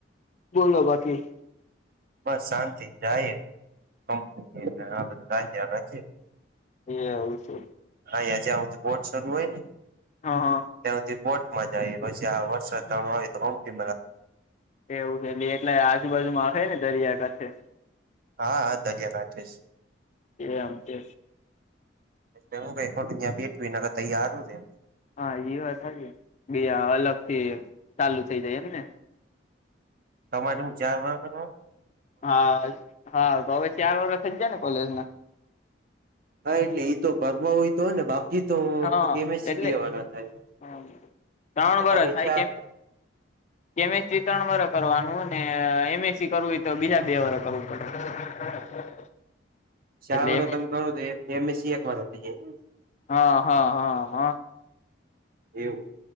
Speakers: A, on the left; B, on the right.
A: બોલો બાકી
B: બસ શાંતિ જાય કંપની આ બધા રા્યા રચે
A: એ હું છે.
B: હાં જ આવ બોટ શું હોય ને
A: હ હ
B: ત્યાં કોટમાં જાય પછી આ વરસાદ તાણું આવે તોમ્પી
A: એવું છે. ની એટલે આજુબાજુમાં અહે ને દરિયાકાંઠે!
B: હા હા દરિયાકાંઠે છે.
A: એમ છે
B: એટલે હું <unintelligible> ને તૈયારું નેમ
A: હા એ વાત સાચ્ચી બે અલગ થી ચાલુ થઇ જાય એમ ને!
B: તમારે હું ચાર વરહ કરવાનું!
A: હા હા તો હવે ચાર વારષ થઈ જાય ને કોલેજ ના.
B: હા એટલે એ તો કરવા હોય તો હોય ને બા એ તો
A: હા
B: એમએસસી
A: એટલે
B: બે વરસ થાય
A: ત્રણ
B: તમે
A: થાય
B: ચાર
A: કેમ
B: <inaudible>
A: બી. એસ. સીત્રણ વર્ષ કરવાનું એમ. એસ. સી કરવું હોય તો બીજા બે વર્ષ કરવું પડે. <unintelligible>
B: ચાર
A: એટલે
B: વર્ષ
A: એમ
B: તમે કરો તો એમ એસી એક વર્ષ થાય જાય.
A: હ હ હ હ.
B: એવું